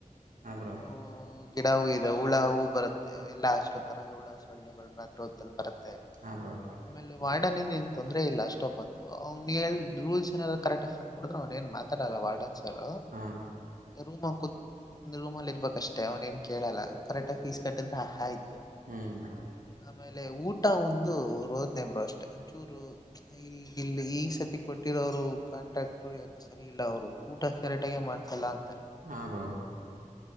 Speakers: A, on the right; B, on the left.
A: ಹಾಂ ಬ್ರೋ
B: ಹ ಗಿಡ ಹೂ ಇದೆ ಹುಳ ಹವು ಬರುತ್ತೆ ಎಲ್ಲಾ ಹಾಸ್ಟೆಲ್ ತರಗ ಹುಳ ಸೊಳ್ಳೆಗಳು ರಾತ್ ಬರುತ್ತೆ
A: ಹಾಂ ಬ್ರೋ
B: ಆಮೇಲೆ ವಾರ್ಡ ನಿ ಎ <unintelligible> ತೊಂದ್ರರೆ ಇಲ್ಲ ಅಷ್ಟೊಪ್ ಅಂತ ಅವನು ನಿ ಹೇಳ್ ರೂಲ್ಸ್ ಏನಾದರು ಕರೆಕ್ಟ್ ನೋಡ್ರ್ ಅವನ್ ಏನ್ ಮಾತಾಡಲ್ಲ ವಾರ್ಡನ್ಸರ್
A: ಹಾಂ
B: ರೂಮ ಕುದ್ ರೂಮಲ್ಲಿ ಇರ್ಬೇಕಷ್ಟೇ ಅವ್ನ ಏನ್ ಕೇಳಲ್ಲ ಕರೆಕ್ಟ ಫೀಸ್ ಕಟ್ಟಿದ್ರ ಹಾಯೇ.
A: ಹ್ಞೂ ಬ್ರೋ
B: ಆಮೇಲೆ ಊಟ ಒಂದು ರೋದ್ನೆ ಬ್ರೊ ಅಷ್ಟೆ ಚೂರು ಇಲ್ಲಿ ಈ ಸತಿ ಕೊಟ್ಟಿರೋರು ಕಾಂಟ್ರಾಕ್ಟ್ರು ಯಾಕೋ ಸರಿ ಇಲ್ಲ ಅವ್ರು ಊಟ ಕರೆಕ್ಟಗ ಮಾಡ ಚಲ್ಲ ಅಂತಾರೆ.
A: ಹಾಂ ಬ್ರೋ